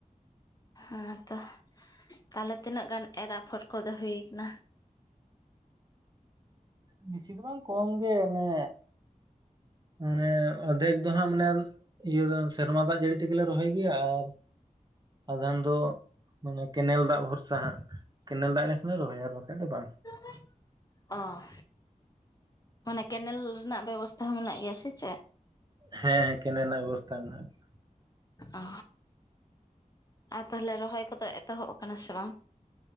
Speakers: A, on the left; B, on the right.
A: ᱦᱮᱸ ᱛᱚ ᱛᱟᱦᱚᱞᱮ ᱛᱤᱱᱟᱹᱜ ᱜᱟᱱ ᱮᱨ ᱟᱯᱷᱚᱨ ᱠᱚᱫᱚ ᱦᱩᱭ ᱠᱟᱱᱟ?
B: ᱵᱤᱥᱤ ᱫᱚ ᱵᱟᱝ ᱠᱚᱢ ᱜᱮ ᱚᱱᱮ ᱢᱟᱱᱮ ᱚᱫᱷᱮᱠ ᱫᱚ ᱦᱟᱸᱜ ᱢᱟᱱᱮ ᱤᱭᱟᱹ, ᱥᱮᱨᱢᱟ ᱫᱟᱜ ᱡᱟᱹᱲᱤ ᱛᱮᱜᱮᱞᱮ ᱨᱚᱦᱚᱭ ᱜᱮᱭᱟ ᱟᱨ ᱟᱫᱷᱟᱱ ᱫᱚ ᱢᱟᱱᱮ ᱠᱮᱱᱮᱞ ᱫᱟᱜ ᱵᱷᱚᱨᱥᱟ ᱦᱟᱸᱜ ᱠᱮᱱᱮᱞ ᱫᱟᱜ ᱞᱮᱱᱠᱷᱟᱱ ᱞᱮ ᱨᱚᱦᱚᱭᱟ ᱟᱨ ᱵᱟᱠᱷᱟᱱ ᱫᱚ ᱵᱟᱝ ᱾
A: <inaudible> ᱚ᱾ ᱢᱟᱱᱮ ᱠᱮᱱᱮᱞ ᱨᱮᱱᱟᱜ ᱵᱮᱵᱚᱥᱛᱷᱟ ᱦᱚᱸ ᱢᱮᱱᱟᱜ ᱜᱮᱭᱟ ᱥᱮ ᱪᱮᱫ?
B: ᱦᱮᱸ ᱦᱮᱸ ᱠᱮᱱᱮᱞ ᱨᱮᱱᱟᱜ ᱵᱮᱵᱚᱥᱛᱷᱟ ᱢᱮᱱᱟᱜᱼᱟ ᱾
A: ᱚ, ᱟᱨ ᱛᱟᱦᱞᱮ ᱨᱚᱦᱚᱭ ᱠᱚᱫᱚ ᱮᱛᱚᱦᱚᱵ ᱟᱠᱟᱱᱟ ᱥᱮ ᱵᱟᱝ?